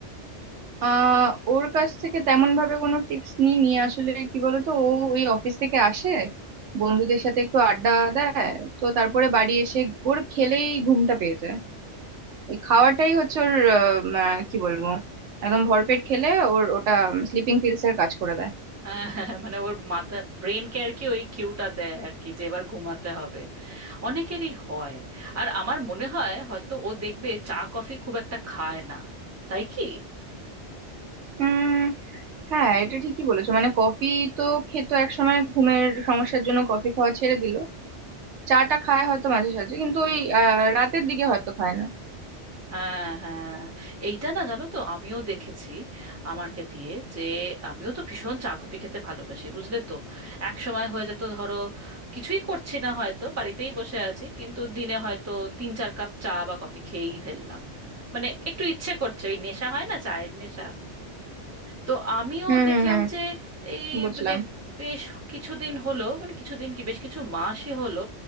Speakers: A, on the right (about 80°); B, on the right (about 15°).
A: আহ ওর কাছ থেকে তেমন ভাবে কোনো টিপস নিই নিয়ে আসলে কি বলতো ও ওই অফিস থেকে আসে বন্ধুদের সাথে একটু আড্ডা দেয় তো তারপরে বাড়ি এসে ঘোর খেলেই ঘুমটা পেয়ে যায় ওই খাওয়াটাই হচ্ছে ওর আহ, উম, আহ, কি বলবো একদম ভরপেট খেলে ওর ওটা স্লিপিং পিলস এর কাজ করে দেয়
B: হ্যাঁ হ্যাঁ, হ্যাঁ, মানে ওর মাথা ব্রেনকে আর কি ওই কিউটা দেয় আর কি যে এবার ঘুমাতে হবে অনেকেরই হয় আর আমার মনে হয় হয়তো ও দেখবে চা কফি খুব একটা খায় না তাই কি
A: উম হ্যাঁ এটা ঠিকই বলেছো মানে কফি তো খেতো একসময় ঘুমের সমস্যার জন্য কফি খাওয়া ছেড়ে দিল চাটা খায় হয়তো মাঝে সাঝে কিন্তু ওই আহ, রাতের দিকে হয়তো খায় না
B: হ্যাঁ হ্যাঁ এইটা না জানো তো আমিও দেখেছি আমারকে দিয়ে যে আমিও তো ভীষণ চা কফি খেতে ভালোবাসি বুঝলে তো এক সময় হয়ে যেত ধরো কিছুই করছি না হয়তো বাড়িতেই বসে আছি কিন্তু দিনে হয়তো তিন চার কাপ চা বা কফি খেয়েই ফেললাম মানে একটু ইচ্ছে করছে ওই নেশা হয় না চায়ের নেশা তো আমিও
A: হুম
B: দেখলাম
A: হুম হুম
B: যে এই
A: বুঝলাম
B: মানে বেশ কিছুদিন হলো মানে কিছুদিন কি বেশ কিছু মাসই হলো